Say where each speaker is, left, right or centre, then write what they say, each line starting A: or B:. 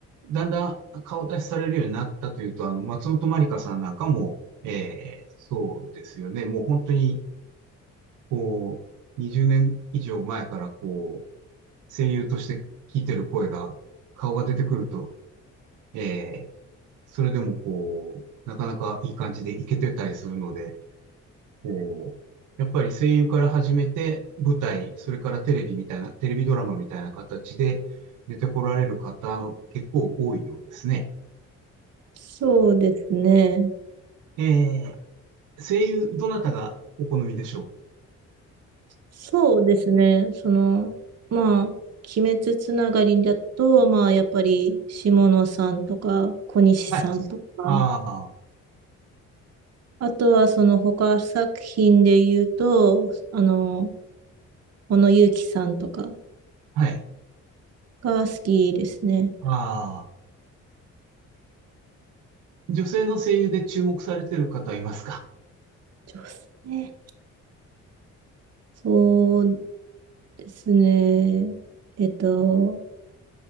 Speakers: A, on the right (about 85°); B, on the right (about 55°).
A: だんだん顔出しされるようになったというと、あの、松本まりかさんなんかも、えー、そうですよね。もう本当に、こう、20年以上前からこう、声優として聞いてる声が、顔が出てくると、えー、それでもこう、なかなかいい感じでいけてたりするので、こう、やっぱり声優から始めて、舞台、それからテレビみたいな、テレビドラマみたいな形で出てこられる方、結構多いようですね。
B: そうですね。
A: えー、声優、どなたがお好みでしょ
B: そうですね。その、まあ、鬼滅つながりだと、まあ、やっぱり、下野さんとか、小西さんとか、
A: うはい。ああ、
B: あとは、その他作品で言うと、あの、小野友樹さんとか
A: はい。
B: が好きですね。
A: ああ。女性の声優で注目されてる方いますか
B: 女性。そうですね。えっと、